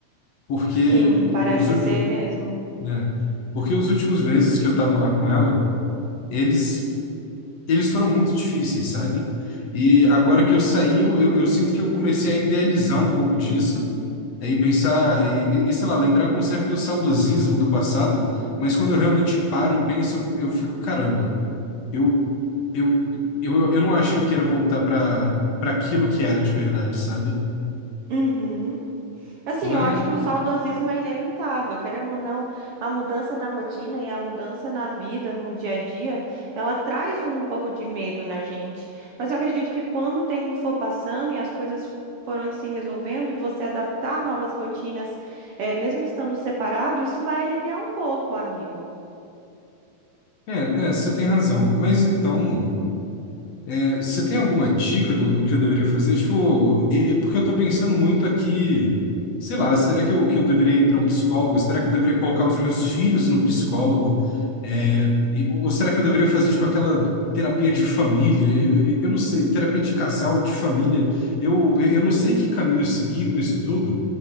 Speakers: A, on the left (about 60°); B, on the right (about 60°).
A: Porque
B: sim, parece
A: os últimos,
B: ser mesmo.
A: né? Porque os últimos meses que eu tava lá com ela, eles eles foram muito difíceis, sabe? E
B: Uhum.
A: agora que eu saí, eu, eu, eu sinto que eu comecei a idealizar um pouco disso, aí pensar, e, e- e, sei lá, lembrar com certo saudosismo do passado, mas quando eu realmente paro e penso, eu fico, caramba, eu, eu, eu, eu não acho que eu queira voltar para para aquilo que era de verdade, sabe?
B: Uhum. Assim,
A: Mas,
B: eu acho que o saudosismo é inevitável, querendo ou não, a mudança na rotina e a mudança na vida, no dia a dia, ela traz um pouco de medo na gente. Mas eu acredito que quando o tempo for passando e as coisas forem se resolvendo e você adaptar novas rotinas, eh, mesmo estando separado, isso vai aliviar um pouco, amigo.
A: é, é, você tem razão. Mas então. É, você tem alguma dica do, do que eu deveria fazer? Tipo, e- e porque eu tô pensando muito aqui, sei lá, será que eu, que eu deveria ir para um psicólogo? Será que eu deveria colocar os meus filhos no psicólogo? É, e- ou será que eu deveria fazer, tipo, aquela terapia de família? Eu, eu- eu não sei, terapia de casal, de família. Eu, eu não sei que caminho seguir com isso tudo.